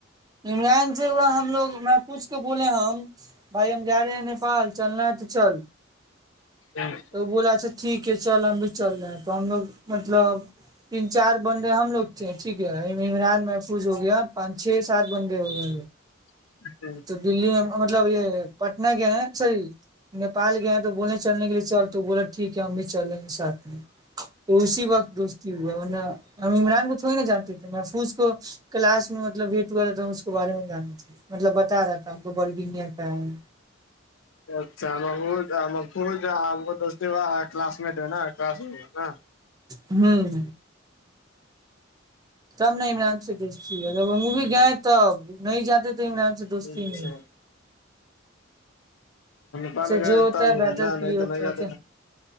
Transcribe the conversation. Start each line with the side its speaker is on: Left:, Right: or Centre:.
Right: عمران سے ہوا ہم لوگ میں پوچھ کے بولے ہیں بھائی ہم جا رہے ہیں نیپال چلنا ہے تو چل
Left: ہاں <unintelligible>
Right: تو بولا اچھا ٹھیک ہے چل ہم بھی چل رہے ہیں تو ہم لوگ مطلب تین چار بندے ہم لوگ تھے ٹھیک ہے عمران محفوظ ہو گیا پانچ چھ سات بند ہوگے
Left: جچ <unintelligible>
Right: تو دلی میں مطلب یہ پٹنہ گیا ہیں سر نیپال گیا ہیں تو بولنے چلنے کے لیے چل تو بولا ٹھیک ہے ہم بھی چلیں گے ساتھ میں تو اسی وقت دوستی ہوا ان نے ہم عمران کو تھوڑی نہا جانتے تھے محفوظ کو کلاس میں مطلب ویٹ ہوا رہ تھا اس کے بارے میں جان مطلب بتا رہا تھا ہم کو برگنیہ کا ہے
Left: اچھا مح محفوظ آپ کو دس ب کلاس مٹ ہے نا کلاس نا
Right: ہوں تب نے عمران سے دیکھتی اگر وہ بھی گئے تب نہیں جاتے تھے عمران سے دوستی
Left: اچھا
Right: نہیں
Left: پان
Right: اسے
Left: گ
Right: جو ہوتا
Left: تب ہوا
Right: بہتر
Left: ہے نا
Right: کے
Left: نہیں
Right: لیے ہوتا
Left: تو نہیں
Right: ہے
Left: گات
Right: کیا